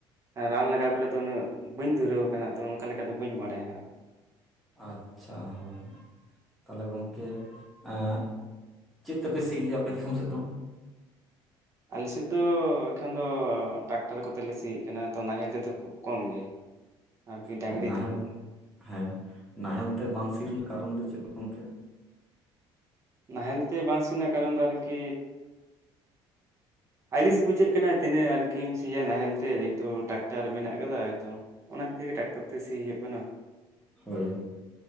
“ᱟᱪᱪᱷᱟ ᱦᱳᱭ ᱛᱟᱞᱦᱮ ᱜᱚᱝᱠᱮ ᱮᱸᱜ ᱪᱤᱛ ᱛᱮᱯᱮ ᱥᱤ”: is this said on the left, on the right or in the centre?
Centre